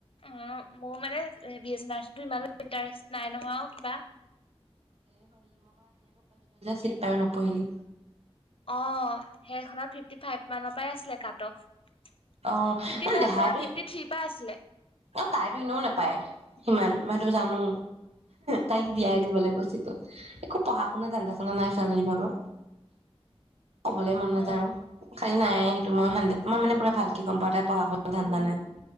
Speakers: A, on the left; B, on the right.
A: অ মোৰ মানে বি এছো ইমানো ইটাৰেষ্ট নাই নহয় কিবা।
B: থিক তায়ো নপঢ়িলে
A: অ সেইখনত ফ্ৰিপটি ফৰ্টি ফাইভ মানৰ পৰাই আছিলে কাট অফ ফিফটি
B: অ' ন
A: ফাইভ
B: দেহাইতো
A: নহয় ফিফটি থ্ৰ্ৰী পৰা আছিলে
B: অ তাইতো ইনেও নাপায় ইমান মই তো জানো তাইক জীয়াই দিব লাগ বস্তুটো একো পঢ়া শুনা ধান্দা চানন্দা নাই ফেমেলি ভাগৰ ক'বলৈ মন নাযায়ো।
A: অ
B: তাই নাইয়ে মইে মই মানে পৰা ভালকে গম পাই পঢ় শুনা ধান্দা নাই মানে